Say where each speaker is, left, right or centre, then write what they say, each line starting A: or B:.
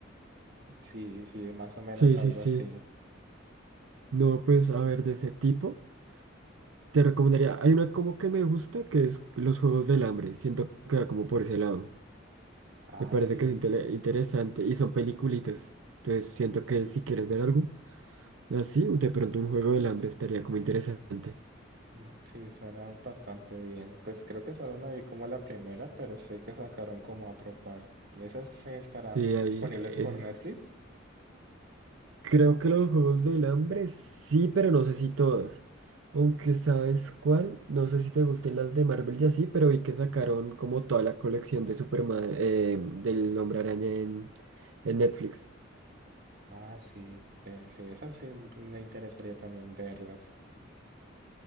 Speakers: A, on the right; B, on the right.
A: Sí, sí, más o menos
B: Sí,
A: algo
B: sí, sí.
A: así.
B: No, pues, a ver, de ese tipo, te recomendaría... Hay una como que me gusta, que es Los Juegos del Hambre. Siento que va como por ese lado.
A: Ah,
B: Me parece
A: sí.
B: que es intele- interesante y son peliculitas. Entonces siento que si quieres ver algo así, de pronto un juego del hambre estaría como interesante.
A: Mm, Sí, suena bastante bien. Pues creo que solo me vi como la primera, pero sé que sacaron como otro par. ¿Esas se estarán
B: Sí, ahí
A: disponibles
B: ese
A: por
B: es.
A: Netflix?
B: Creo que los juegos del hambre sí, pero no sé si todos. Aunque sabes cuál, no sé si te gusten las de Marvel y así, pero vi que sacaron como toda la colección de Superman, eh, del Hombre Araña en, en Netflix.
A: Ah, sí, ve- sí, esas sí me interesaría también verlas.